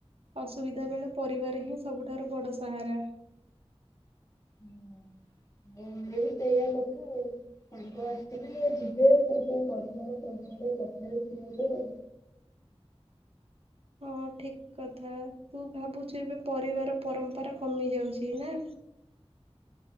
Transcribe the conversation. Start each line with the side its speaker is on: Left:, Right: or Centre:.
Right: ଅସୁବିଧା ବେଳେ ପରିବାର ହିଁ ସବୁଠାରୁ ବଡ଼ ସାହାରା।
Left: ହୁଁ ମୋ ଘରେ ବି ସେଇଆ କଥା ଆଉ। ସାଙ୍ଗ ଆସିିବେ ଯିବେ କିନ୍ତୁ ପରିବାର ସବୁବେଳେ ପଛରେ ଠିଆହେବେ।
Right: ହଁ ଠିକ କଥା ତୁ ଭାବୁଛୁ ଏବେ ପରିବାର ପରମ୍ପରା କମି ଯାଉଛି ନାଁ?